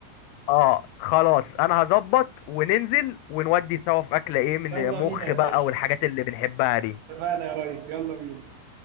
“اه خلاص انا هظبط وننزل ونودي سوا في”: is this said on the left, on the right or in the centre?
Left